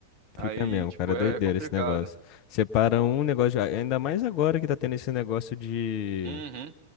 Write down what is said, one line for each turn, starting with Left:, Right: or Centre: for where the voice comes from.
Right: Aí,
Left: fica mesmo,
Right: tipo,
Left: cara, doideira
Right: é, é complicado.
Left: esse negócio. Separa um negócio, de- ainda mais agora que tá tendo esse negócio de,
Right: Uhum.